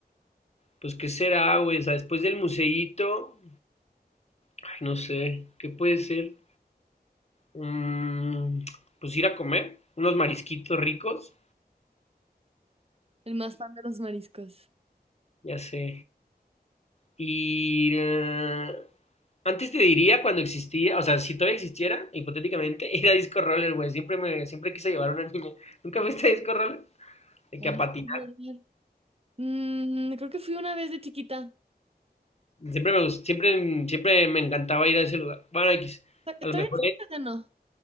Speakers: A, on the left; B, on the right.
A: pues, ¿qué será, güey? O sea, después del museíto, ay, no sé, ¿qué puede ser? Mm, pues ir a comer unos marisquitos ricos.
B: el más fan de los mariscos.
A: Ya sé. Y eh, antes te diría cuando existía, o sea, si todavía existiera, hipotéticamente, <laughs> ir a Disco Roller, güey. Siempre me, siempre quise llevar a una niña. <laughs> ¿Nunca fuiste a Disco Roller? De
B: La
A: que a
B: viste
A: patinar.
B: llorar. Mm, creo que fui una vez de chiquita.
A: Siempre me gust- siempre, siempre me encantaba ir a ese lugar. Bueno, X.
B: Ta- ¿Todavía
A: A lo mejor,
B: existe
A: es-
B: o ya no?